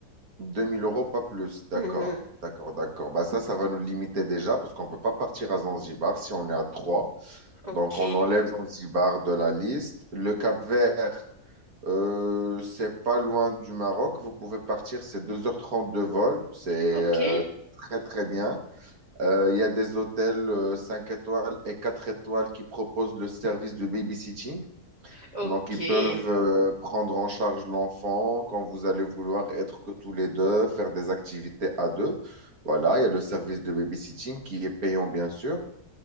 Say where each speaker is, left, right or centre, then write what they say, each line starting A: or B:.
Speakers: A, on the right; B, on the right.
A: 2000 euros, pas plus. D'accord,
B: Mhm.
A: d'accord, d'accord. Bah ça, ça va nous limiter déjà, parce qu'on peut pas partir à Zanzibar si on est à 3.
B: Ok,
A: Donc, on enlève Zanzibar de la liste. Le Cap-Vert, euh, c'est pas loin du Maroc. Vous pouvez partir, c'est deux heures trente de vol. C'est
B: ok,
A: euh, très, très bien. Euh, Il y a des hôtels euh, 5 étoiles et 4 étoiles qui proposent le service de babysitting.
B: ok,
A: Donc, ils peuvent euh, prendre en charge l'enfant quand vous allez vouloir être que tous les deux, faire des activités à deux. Voilà, il y a le service de babysitting qui est payant, bien sûr.